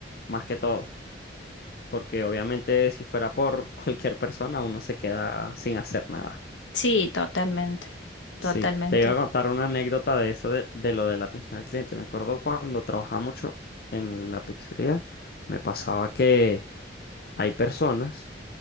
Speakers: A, on the left; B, on the left.
A: más que todo, porque obviamente si fuera por <laughs> cualquier persona uno se queda sin hacer nada.
B: Sí, totalmente, totalmente.
A: Sí, te iba
B: ojo.
A: a contar una anécdota de eso, de, de lo de la atención al cliente. Me acuerdo cuando trabajaba mucho en la pizzería, me pasaba que... Hay personas